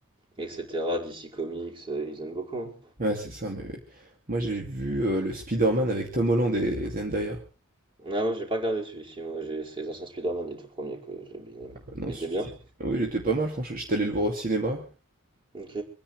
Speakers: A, on the right; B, on the right.
A: etc. DC Comics, euh, ils aiment beaucoup. hein.
B: Ouais, c'est ça, mais moi j'ai vu euh, le Spider-Man avec Tom Holland et Zendaya.
A: Ah, moi, j'ai pas regardé celui-ci. Moi, j'ai c'est les anciens Spider-Man, les tout premiers que j'ai bien aimé.
B: Ah Non,
A: Il était
B: c-
A: bien?
B: c- oui, il était pas mal, franchement. J'étais allé le voir au cinéma.
A: Ok.